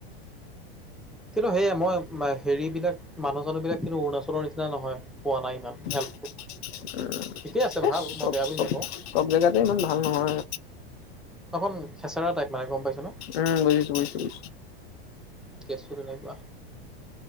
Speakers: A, in the centre; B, on the left.
A: কিন্তু সেয়াই মই হেৰি বিলাক মানুহ জানুহ বিলাক কিন্তু অৰুণাচলৰ নিচিনা নহয় পোৱা নাই ইমান হেল্প।
B: <unintelligible>
A: ঠিকে আছে
B: এই
A: ভাল মই
B: চব
A: বেয়া বুলি
B: চব
A: নকওঁ।
B: চব জেগাতে ইমান ভাল নহয়।
A: অকন খেচেৰা টাইপ মানে গম পাইছ নে?
B: উম বুজিছো বুজিছো বুজিছো।
A: কেচটো তেনেকুৱা।